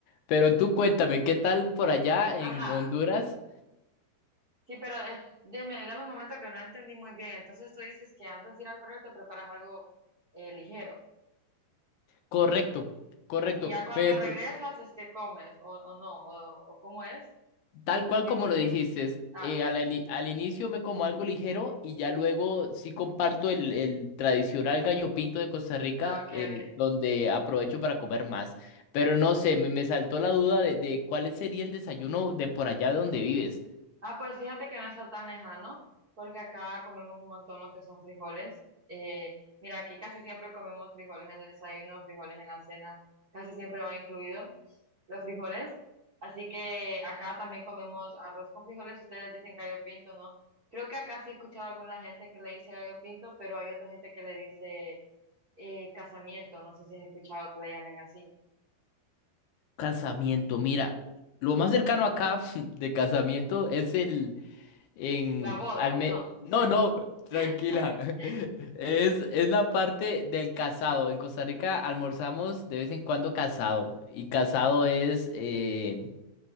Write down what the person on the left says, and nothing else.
Pero tú cuéntame, ¿qué tal por allá
en Honduras?
Correcto, correcto.
Me,
Tal
cual como
lo
dijiste,
eh,
al, ali- al inicio me como algo ligero y ya luego sí comparto el, el tradicional gallo pinto de Costa Rica,
eh,
donde aprovecho para comer más. Pero no sé, me, me saltó la duda de, de cuál sería el desayuno de por allá de donde vives.
Casamiento, mira, lo más cercano acá <laughs> de casamiento es el, En
Alme...
No, no, tranquila.
<laughs> Es, es la parte del casado. En Costa Rica almorzamos de vez en cuando casado. Y casado es, eh,